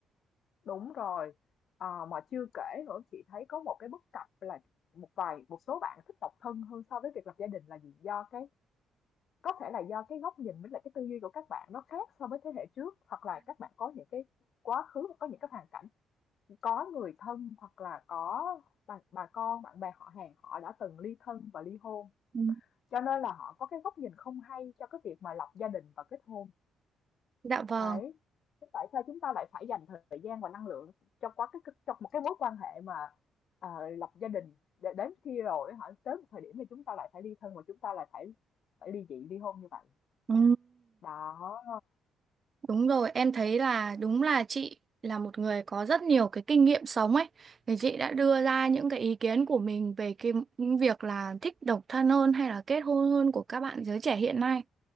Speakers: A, on the left (about 65°); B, on the right (about 40°).
A: đúng rồi à, mà chưa kể nữa chị thấy có một cái bất cập là một vài một số bạn thích độc thân hơn so với việc lập gia đình là gì do cái Có thể là do cái góc nhìn với lại cái tư duy của các bạn nó khác so với thế hệ trước, hoặc là các bạn có những cái quá khứ, có những cái hoàn cảnh, có người thân hoặc là có bà, bà con, bạn bè họ hàng họ đã từng ly thân và ly hôn.
B: Ừ.
A: Cho nên là họ có cái góc nhìn không hay cho cái việc mà lập gia đình và kết hôn.
B: Dạ vâng.
A: Đấy. Thế tại sao chúng ta lại phải dành thời gian và năng lượng cho quá cái trong một cái mối quan hệ mà à, lập gia đình để đến khi rồi họ tới một thời điểm thì chúng ta lại phải ly thân và chúng ta lại phải phải ly dị ly hôn như vậy
B: Ừ.
A: đó
B: Đúng rồi, em thấy là đúng là chị là một người có rất nhiều cái kinh nghiệm sống ấy. Thì chị đã đưa ra những cái ý kiến của mình về cái những việc là thích độc thân hơn hay là kết hôn hơn của các bạn giới trẻ hiện nay.